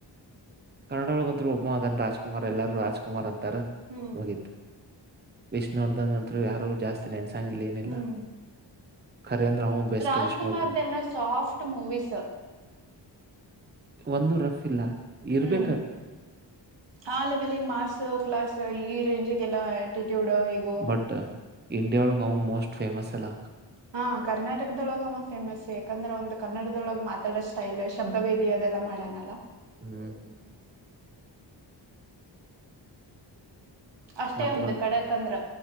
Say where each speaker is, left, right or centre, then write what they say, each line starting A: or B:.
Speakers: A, on the right; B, on the right.
A: ಕನ್ನಡೊಳಗಂತೂ ಒಬ್ಬ ಅದನ್ ರಾಜ್ಕುಮಾರ್ ಎಲ್ಲರೂ ರಾಜ್ಕುಮಾರ್ ಅಂತ ತರ
B: ಹ್ಮ್
A: ಹೋಗಿತ ಎಷ್ಟ ನೋಡ್ದ ಯಾರುರು ಜಾಸ್ತಿ ನೆನ್ಸಂಗಿಲ್ಲ ಏನಿಲ್ಲ
B: ಹ್ಮ್
A: ರೇಂದ್ರ ಬೆಸ್ಟ್
B: ರಾಜ್ಕುಮಾರ್ದೆಲ್ಲ
A: ವಿಷ್ಣರ್ಧನ್
B: ಸಾಫ್ಟ್ ಮೂವೀಸ್
A: ಒಂದು ರಫ್ ಇಲ್ಲ ಇರ್ಬೇಕ
B: ಹ್ಮ್ ಆ ಲೆವೆಲ್ಲಿ ಮಾಸ್ ಕ್ಲಾಸ್ ಈ ರೇಂಜಿಗೆಲ್ಲ ಟ್ಯೂಡೋ ಹಗೋ
A: ಬಟ್ ಇಂಡಿಯಾ ಒಳಗೆ ಅವ ಮೋಸ್ಟ್ ಫೇಮಸ್ ಅಲ್ಲ
B: ಹಾ ಕರ್ನಾಟಕದೊಳ ಅವಾಗ ಫೇಮಸ್ ಯಾಕಂದ್ರೆ ಒಂದು ಕನ್ನಡದೊಳಗೆ ಮಾತಾಡೋ ಸ್ಟೈಲ್ ಶಬ್ದವೀದಿ ಲ್ಲ ಮಾಡಣಲ್ಲ
A: ಹ್ಮ್ ಹ್ಮ್
B: ಅಷ್ಟೇ
A: ಮತ್
B: ಒಂದು ಖಡಕಂದ್ರ